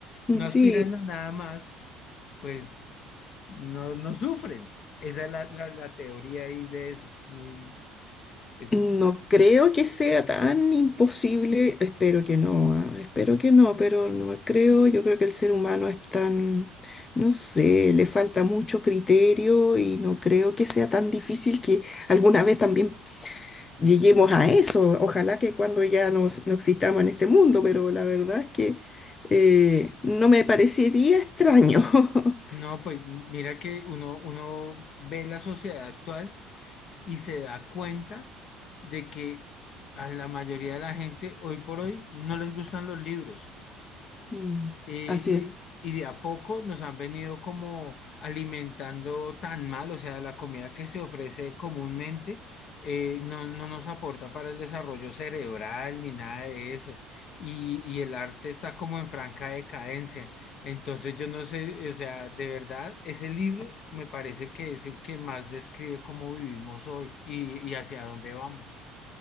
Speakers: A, on the left; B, on the left.
A: mm,
B: no aspiran
A: sí.
B: a nada más, pues no, no sufren. Esa es la, la, la teoría ahí de eso. Es muy, es,
A: No creo que sea tan imposible, espero que no, ah, Espero que no, pero no creo, yo creo que el ser humano es tan, no sé, le falta mucho criterio y no creo que sea tan difícil que alguna vez también lleguemos a eso. Ojalá que cuando ya nos, no existamos en este mundo, pero la verdad es que eh, no me parecería extraño. <laughs>
B: no, pues mira que uno, uno ve la sociedad actual y se da cuenta de que a la mayoría de la gente hoy por hoy no les gustan los libros.
A: Mm,
B: Eh,
A: Así
B: y,
A: es.
B: y de a poco nos han venido como alimentando tan mal, o sea, la comida que se ofrece comúnmente eh, no, no nos aporta para el desarrollo cerebral ni nada de eso. Y, y el arte está como en franca decadencia. Entonces yo no sé, o sea, de verdad, ese libro me parece que es el que más describe cómo vivimos hoy y, y hacia dónde vamos.